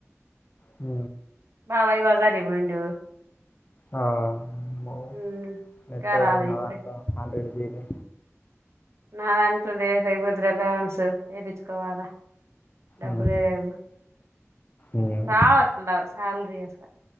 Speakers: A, on the left; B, on the right.
A: హ
B: బాబాయి బజారికు పోయిండు
A: ఆ ఆమ్మో
B: ఉమ్,
A: నెట్
B: ఇంకా
A: అయిపోయింది
B: రాలే
A: నా
B: ఇప్పుడే
A: దాంట్లో హండ్రెడ్ జీబీ
B: నా దాంట్లో రేపైపోద్దురా బ్యాలన్సు వయించుకోవాలా డబ్బులే
A: ఉమ్,
B: లేవు
A: ఉమ్,
B: సా వత్తదా శాలరీ అంట